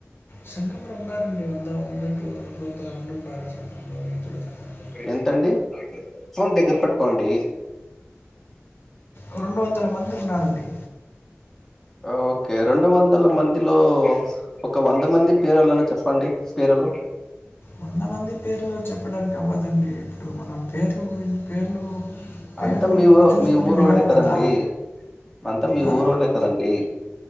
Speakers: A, on the left (about 55°); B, in the centre.
A: సంఘంలో ఉన్నారండి వంద వంద టు రెండ్ వందల మంది ఉండారు సంగంల్లో రైతుల సంగంలో
B: ఎంతండి ఫోన్ దగ్గర పెట్టుకోండి
A: ఉ రొండు వందల మంది ఉన్నారండి
B: అ ఓకే రెండు వందల మందిలో ఒక వంద మంది పేరలని చెప్పండి పేరలు
A: వంద మంది పేర్లు చెప్పడానికి అవ్వదండి ఇప్పుడు మనం పేర్లు గురించ్ పేర్లు పేర్లు
B: అంతా మీ ఊవొ
A: చూసుకొని
B: మీ ఊరోళ్ళే
A: వెళ్ళాం
B: కదండీ
A: కదా
B: అంతా మీ
A: ఆ?
B: ఊరోళ్ళే కదండి